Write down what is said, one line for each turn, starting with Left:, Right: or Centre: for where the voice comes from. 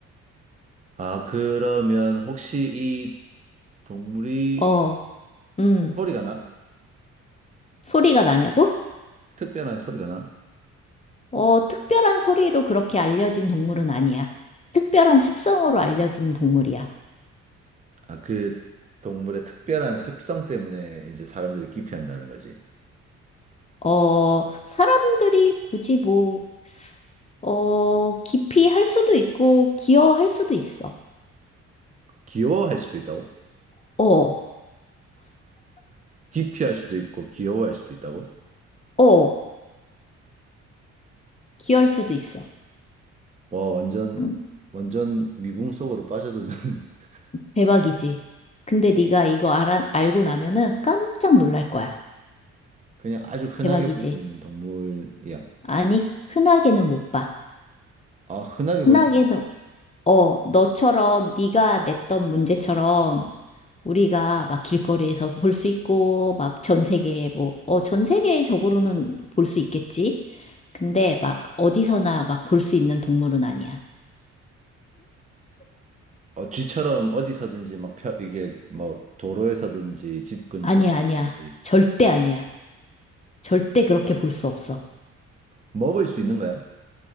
Right: 아, 그러면 혹시 이 동물이
Left: 어, 음,
Right: 소리가 나?
Left: 소리가 나냐고?
Right: 특별한 소리가 나?
Left: 어, 특별한 소리로 그렇게 알려진 동물은 아니야. 특별한 습성으로 알려진 동물이야.
Right: 아, 그 동물의 특별한 습성 때문에 이제 사람들이 기피한다는 거지.
Left: 어, 사람들이 굳이 뭐, 어, 기피할 수도 있고, 기어할 수도 있어.
Right: 귀여워할 수도 있다고?
Left: 어,
Right: 기피할 수도 있고 귀여워할 수도 있다고?
Left: 어, 기어할 수도 있어.
Right: 와, 완전
Left: 음,
Right: 완전 미궁 속으로 빠져드는 <laughs>
Left: 대박이지. 근데 네가 이거 알아, 알고 나면은 깜짝 놀랄 거야.
Right: 그냥 아주 흔하게
Left: 대박이지.
Right: 볼 수 있는 동물이야.
Left: 아니, 흔하게는 못 봐.
Right: 아, 흔하게
Left: 흔하게는,
Right: 볼 수 있는
Left: 어, 너처럼 네가 냈던 문제처럼 우리가 막 길거리에서 볼 수 있고, 막 전 세계에 뭐, 어, 전 세계적으로는 볼 수 있겠지? 근데 막 어디서나 막 볼 수 있는 동물은 아니야.
Right: 동- 어, 쥐처럼 어디서든지 막 펴, 이게 뭐 도로에서든지 집 근처에서든지
Left: 아니야, 아니야. 절대 아니야. 절대 그렇게 볼 수 없어.
Right: 먹을 수 있는 거야?